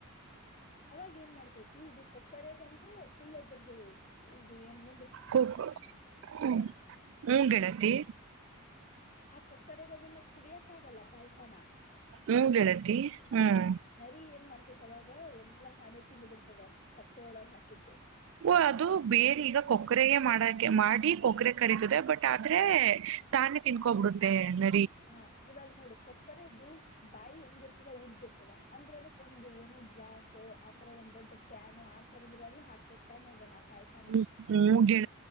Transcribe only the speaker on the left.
ಅವಾಗ ಏನ್ ಮಾಡ್ತೇತಿ ಇದು ಕೊಕ್ಕರೆಗಂದ್ರ ಫುಲ್ ಅದರದ್ದು ಇದು ಏನ್ ಮುಂ
ಆ ಕೊಕ್ಕರೆಗದನ್ನ ಕುಡಿಯಕ್ ಆಗಲ್ಲ ಪಾಯಸಾನ.
ನರಿ ಏನ್ ಮಾಡ್ತತಿ ಅವಾಗ ಎಲ್ಲ ತಾನೆ ತಿಂದು ಬಿಡ್ತದ ತಟ್ಟೆ ಒಳಗೆ ಹಾಕಿದ್ದು.
ಹಾ ಇವಾಗ್ ನೋಡು ಕೊಕ್ಕರೆದು ಬಾಯಿ ಹೆಂಗಿರ್ತದ, ಉದ್ದ್ ಇರ್ತದ. ಅಂದ್ರೆ ಅದಕ್ಕ ಒಂದು ಏನ ಗ್ಲಾಸೋ ಆತರ ಒಂದ್ ದೊಡ್ಡ ಕ್ಯಾನು ಆತರದ್ರಲ್ಲೆ ಹಾಕ್ಬೇಕ್ತಾನೆ ಅದನ್ನ. ಪಾಯ್ಸನ